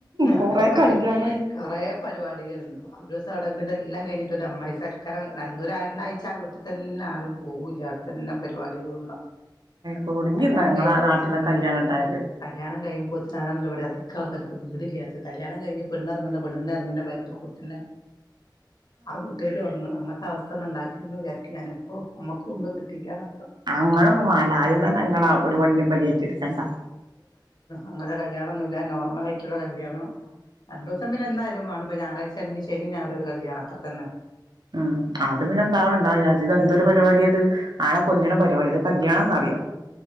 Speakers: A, on the right; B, on the left.
A: കൊറെ
B: അങ്ങനെ പല
A: കല്യാണം
B: കൊറെ പരിപാടികളുണ്ട് ഒരോസം അവടെ കിടന്നിതെല്ലാം കഴിഞ്ഞിട്ട് ഒരു അമ്മായി സാ കാരണം രണ്ടൂര രണ്ടാഴ്ച്ച ആ വീട്ടിൽ തന്നെ ആരും പോകൂല്ല അവിടതന്നെ പരിപാടികളുണ്ടാവും
A: കുടുങ്ങി
B: കല്യാണം
A: ഞങ്ങളെ
B: കഴിയുമ്പ
A: നാട്ടിലെ
B: ഉം
A: കല്യാണം ഉണ്ടായാല്
B: കല്യാണം കഴിയുമ്പോത്തിട്ടാണല്ലോ ഇവിടെ അ കകര് വീടില്ലാത് കല്യാണം കഴിഞ്ഞ് പെണ്ണ ഇറങ്ങണ്ട പെണ്ണെ ഇറങ്ങണ്ട ബാക്കറി കൂട്ടന്നെ ആ വീട്ടുകാരും ഉറങ്ങണം അങ്ങനത്തെ അവസ്ഥ പെട്ടെന്നുണ്ടാക്കി എന്ന് വിചാരിക്കും ഞാനപ്പോൾ അമ്മക്ക കൊണ്ട് കിട്ടിക്കാനൊക്ക
A: അങ്ങനൊന്നും മാണ്ടാ ആദ്യം തന്നെ നിങ്ങള
B: ഉം
A: ഒരു വണ്ടി പരിറ്റ എടുക്കണ്ട
B: അങ്ങന കല്യാണംന്നുമില്ല നോർമലായിട്ട് മറ്റുള്ള കല്യാണം രണ്ടു ദിവസം പിന്നെ എന്നായാലും വേണം ഇപ്പ ഞായറാഴ്ച ആല്ലെങ്കിൽ ശനിം ഞായറൊരു കല്യാണം അത്ര തന്നെ
A: ഉ അത് പിന്നെ എന്താവും ഉണ്ടാവത് ഇത് എന്തൊരു
B: ഉം
A: പരിപാടിയാ ഇത് ആളെ കൊല്ലണ പരിപാടിയ ഇത് കല്യാണാന്നറിയാം
B: ഉം